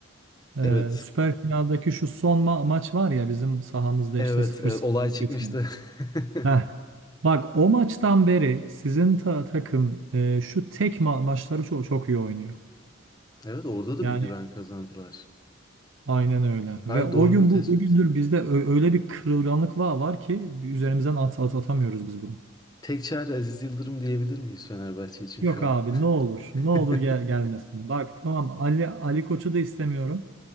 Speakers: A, on the right; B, on the left.
A: Ee,
B: evet,
A: süper finaldeki şu son ma- maç var ya bizim sahamızda
B: evet,
A: işte 0-0
B: evet olay
A: biten.
B: çıkmıştı. <laughs>
A: Heh. Bak o maçtan beri sizin ta- takım e, şu tek ma- maçları çok çok iyi oynuyor.
B: Evet orada da
A: Yani
B: bir güven kazandılar.
A: aynen öyle.
B: Her
A: Ve o
B: doğru
A: gün
B: bir tespit.
A: bu bugündür bizde ö- öyle bir kırılganlık var var ki üzerimizden at, at atamıyoruz biz bunu.
B: Tek çare Aziz Yıldırım diyebilir miyiz Fenerbahçe için
A: Yok
B: şu
A: abi
B: an?
A: ne olur ne olur
B: <laughs>
A: gel gelmesin. Bak tamam Ali Ali Koç'u da istemiyorum.